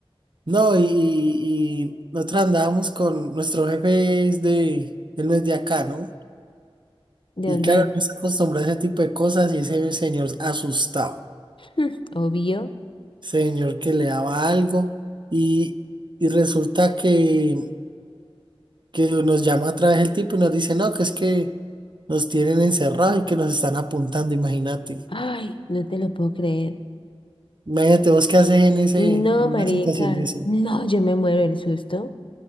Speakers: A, on the right; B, on the left.
A: No, y, y- y nosotros andábamos con nuestro jefe es de, él no es de acá, ¿no?
B: ¿De
A: Y
B: dónde
A: claro,
B: es? <laughs>
A: no está acostumbrado a ese tipo de cosas y ese señor asustado,
B: Mm, Obvio.
A: señor que le daba algo y, y resulta que que nos llama otra vez el tipo y nos dice, no, que es que nos tienen encerrados y que nos están apuntando, imagínate.
B: Ay, no te lo puedo creer.
A: Imagínate vos qué haces en ese,
B: No,
A: en
B: marica.
A: una situación de eso.
B: No, yo me muero del susto.